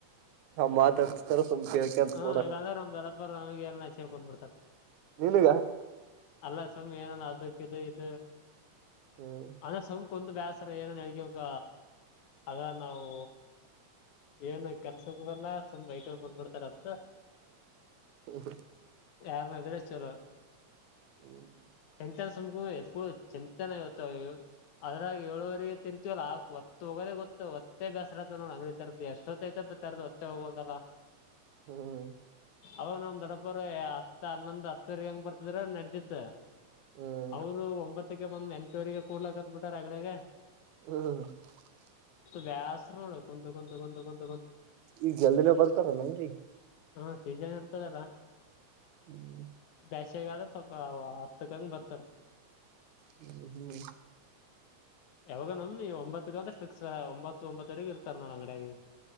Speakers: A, on the right (about 85°); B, on the left (about 80°).
A: ಅವ್ರು ಮಾತಾಡ್ತಿರ್ತಾರೆ ಸುಮ್ನೆ ಕೇಳ್ಕೊಂತಾ
B: <unintelligible>
A: ನಿನಗ
B: ಅಲ್ಲ ಸುಮ್ಮಿ ಏನ ಅದಕ್ಕ ಇದು ಇದು
A: ಹ್ಮ್
B: ಅ ಸುಮ್ಮ ಕುಂದು ಬೇಸರ ಏನನ್ ಅಗವಗ ಅದ ನಾವು ಏನು ಕೆಲ್ಸದಲ್ಲ ತುಂಬ ಐಟ ಬಂದ್ಬಿಡ್ತಾರಂತ
A: ಹ್ಮ ಹಾ
B: ಯಾರ <unintelligible> ಮದರ ಚಲೋ
A: ಹ್ಮ್
B: ಚಿಂತನ್ ಸುಮ್ು ಎತ್ಕ ಚಿಂತನ ಇತ್ತಾವವು ಅದ್ರಾಗ ಹೇಳಳುವವರಿಗೆ ತಿರ್ತತಿವಲ್ಲ ಆಕ್ ಒ ಹೋಗದೇ ಗೊತ್ತು ಹೊತ್ತೇ ಬೇಸರಾತ ನೋಡ ಅಂಗಡಿ ತರ್ತತಿವಿ ಎಷ್ಟೊತ್ತೈ್ತ ತ ಹೊತ್ತೆ ಹೋಗಬೋದಲ್ಲಾ
A: ಹ್ಮ್
B: ಅವಾಗ ನಮ್ ದೊಡಪ್ಪರ್ ಹತ್ತ ಹನ್ನೊಂದ್ ಹತ್ತವರೆಗ ಹಂಗ ಬರ್ತಿದ್ರ ನಡತಿತ್
A: ಹ್ಮ್
B: ಅವರು ಒಂಬತ್ತಕ್ಕೆ ಬಂದ್ ಎಂಟುವರಿಗೆ ಕೂಡ್ಲಕತ್ ಬಿಟಾರ ಅಗ್ಡೆಾಗ
A: ಹ್ಮ್ ಹ್ಮ ಹ
B: ಬ್ಯಾಸಸ್ ನೋಡ ಕುಂತ ಕುಂತಂತಂತ
A: ಈಗ ಎಲ್ಲ್ಲಿಿನ ಬರ್ತಾರ ನಂಗಗೆ
B: ಹಾ ಸೀಜನ್ ಇರ್ತದಲ್ಲ
A: ಹ್ಮ್
B: ಬೇಷಗಾದ ಆದ್ರೆ ಸ್ವಲ್ಪ ಹತ್ತಕ್ಕಂಗ ಬರ್ತಾರ
A: ಹ್ಮ್ ಹ್ಮ್
B: ಯಾವಾಗ ನಮ ಒಂಬತ್ತ ಅಂದ್ರೆ ಫಿಕ್ಸ್ ಒಂಬತ್ತು ಒಂಬತ್ತರೆಗ ಇರ್ತಾರೆ ನೋ ಅಂಗಡಾಗಿ